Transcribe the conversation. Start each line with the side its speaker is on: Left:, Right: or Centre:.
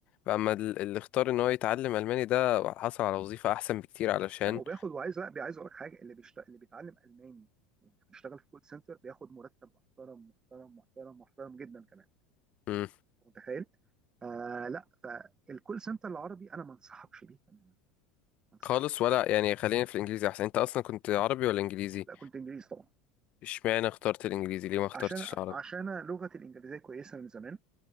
Left: اما ال- اللي اختار ان هو يتعلم الماني ده حصل على وظيفة احسن بكتير علشان
Right: لا وبياخد وعايز لا بي- عايز اقول لك حاجه اللي بيشت... اللي بيتعلم الماني وبيشتغل في كول سنتر بياخد مرتب محترم محترم محترم محترم جدا كمان
Left: مم.
Right: انت متخيل؟ آه لا فالكول سنتر العربي انا ما انصحكش بيه تماما ما انصحكش
Left: خالص ولا يعني خلينا في الانجليزي احسن انت اصلا كنت عربي ولا انجليزي
Right: لا كنت انجليزي طبعا
Left: اشمعنى اخترت الانجليزي ليه ما اخترتش
Right: عشان
Left: العربي
Right: عشان أنا لغتي الانجليزيه كويسه من زمان